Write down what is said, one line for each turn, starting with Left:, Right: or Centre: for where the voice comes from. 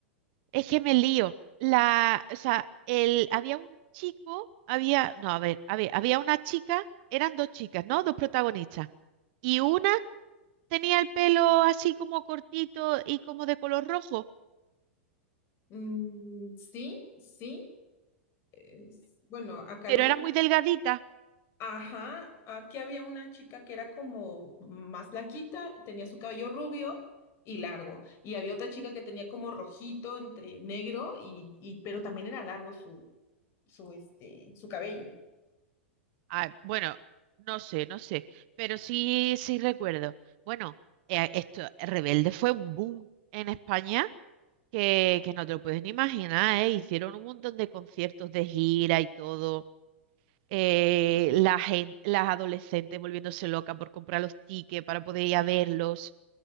Right: Es que me lío. La, o sea, el, había un chico, había, no, a ver, a ver, había una chica, eran dos chicas, ¿no? Dos protagonistas. Y una tenía el pelo así como cortito y como de color rojo.
Left: Mm, sí, sí. es- bueno, acá
Right: Pero
Left: lo tenemos.
Right: era muy delgadita.
Left: Ajá, aquí había una chica que era como más blanquita, tenía su cabello rubio y largo, y había otra chica que tenía como rojito entre negro y, y pero también era largo su, su, este, su cabello.
Right: Ah, bueno, no sé, no sé. Pero sí, sí recuerdo. Bueno, eh, esto, Rebelde fue un boom en España que, que no te lo puedes ni imaginar, ¿eh? Hicieron un montón de conciertos de gira y todo. Eh, la gente, las adolescentes volviéndose locas por comprar los tickets para poder ir a verlos.